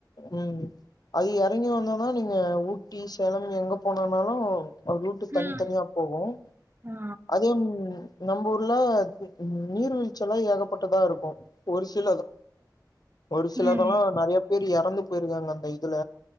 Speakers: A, on the left; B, on the right.
A: உம் அது இறங்கி வந்தோம்னா நீங்க ஊட்டி சேலம் எங்க போனாலும் ரூட்டு் தனி
B: ம்
A: தனியா போகும்
B: ஆ
A: அதே நீங்க நம்பூர் ர்ல நீர்வீழ்ச்சி எல்லாம் ஏகப்பட்டதா இருக்கும் ஒரு சிலதான் ஒரு சிலதெல்லாம்
B: ம்
A: நிறைய பேர் இறந்து போயிருக்காங்க அந்த இதுல